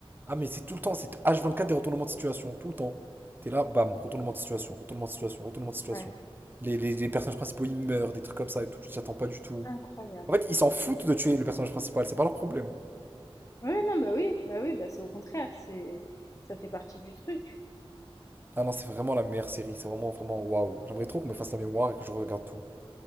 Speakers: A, on the right; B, on the left.
A: Ah, mais c'est tout le temps, c'est h vingt-quatre des retournements de situation, tout le temps. T'es là, bam, retournement de situation, retournement de situation, retournement de situation.
B: Incroyable.
A: Les, les- les personnages principaux, ils meurent, des trucs comme ça et tout, tu t'y attends pas du tout.
B: Incroyable.
A: En fait, ils s'en foutent de tuer le personnage principal, c'est pas leur problème.
B: Ouais, non, bah oui, bah oui, bah c'est au contraire, c'est ça fait partie du truc.
A: Ah non, c'est vraiment la meilleure série, c'est vraiment, vraiment waouh. J'aimerais trop qu'on me fasse la mémoire et que je regarde tout.